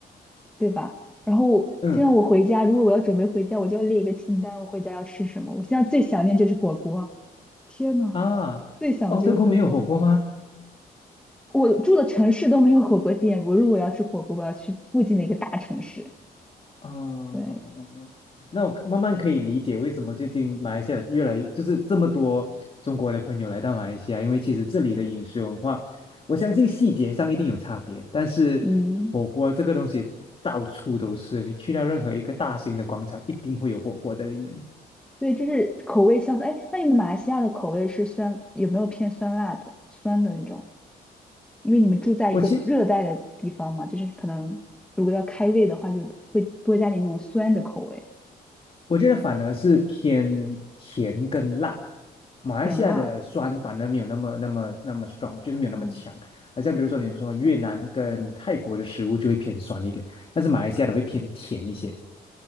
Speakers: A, in the centre; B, on the left (about 35°).
A: 对吧？然后现在我回家，
B: 嗯
A: 如果我要准备回家，我就要列一个清单，我回家要吃什么。我现在最想念就是火锅，天呐，
B: 啊，
A: 最想的就是火锅。
B: 哦，德国没有火锅吗？
A: 我住的城市都没有火锅店，我如果要吃火锅，我要去附近的一个大城市。
B: 嗯嗯嗯嗯嗯那我可慢慢可以理解为什么最近马来西亚越来越就是这么多中国的朋友来到马来西亚，
A: 对，
B: 因为其实这里的饮食文化，我相信细节上一定有差别，但是火锅这个东西到处都是，
A: 嗯，
B: 你去到任何一个大型的广场，一定会有火锅在里面。
A: 对，就是口味相似。哎，那你们马来西亚的口味是酸，有没有偏酸辣的、酸的那种？因为你们住在一个热带的地方嘛，
B: 我其
A: 就是可能如果要开胃的话，就会多加点那种酸的口味，
B: 我觉得反而是偏甜跟辣，马来西亚的酸反而没有那么那么那么
A: 点辣。
B: strong，就是没有那么强。
A: 哦，
B: 而像比如说你说越南跟泰国的食物就会偏酸一点，但是马来西亚的会偏甜一些。